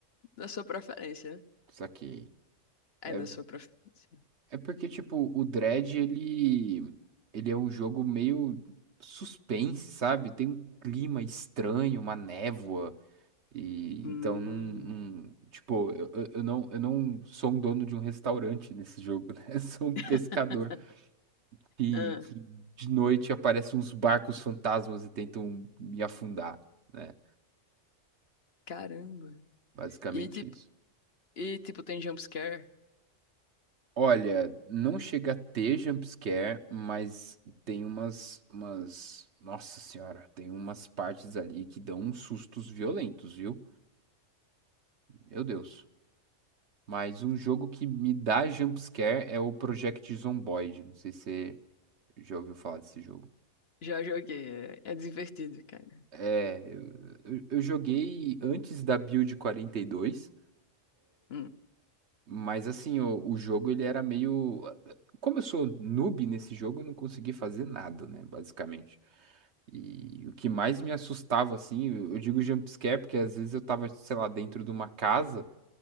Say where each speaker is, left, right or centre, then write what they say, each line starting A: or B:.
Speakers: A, on the left; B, on the right.
A: Da sua preferência, né?
B: Saquei.
A: É
B: É,
A: da sua preferência.
B: É porque, tipo, o Dread, ele, ele é um jogo meio suspense, sabe? Tem um clima estranho, uma névoa. E
A: Hum.
B: então não, não- tipo, eu, eu eu não, eu não sou um dono de um restaurante nesse jogo, né? <laughs> Eu sou um
A: <laughs>
B: pescador que,
A: Ah,
B: que de noite aparecem uns barcos fantasmas e tentam me afundar, né?
A: caramba.
B: Basicamente
A: E tipo,
B: isso.
A: e tipo, tem jumpscare?
B: Olha, não chega a ter jumpscare, mas tem umas, umas. Nossa senhora, tem umas partes ali que dão uns sustos violentos, viu? Meu Deus. Mas um jogo que me dá jumpscare é o Project Zomboid. Não sei se você já ouviu falar desse jogo.
A: Já joguei. É, é divertido, cara.
B: É, eu, eu eu joguei antes da Build 42.
A: Hum.
B: Mas assim, o, o jogo ele era meio. Como eu sou noob nesse jogo, eu não consegui fazer nada, né? Basicamente. E o que mais me assustava, assim, eu eu digo jump scare, porque às vezes eu tava, sei lá, dentro de uma casa